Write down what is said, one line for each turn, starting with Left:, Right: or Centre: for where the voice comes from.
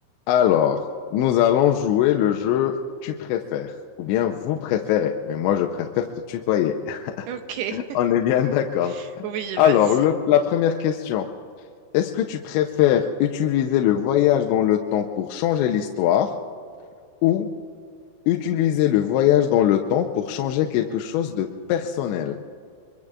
Left: Alors, nous allons jouer le jeu Tu préfères ou bien vous préférez, mais moi je préfère te tutoyer. <laughs>
Right: Ok, <laughs>
Left: On est bien d'accord.
Right: oui,
Left: Alors,
Right: vas-y.
Left: le- la première question, est-ce que tu préfères utiliser le voyage dans le temps pour changer l'histoire ou utiliser le voyage dans le temps pour changer quelque chose de personnel?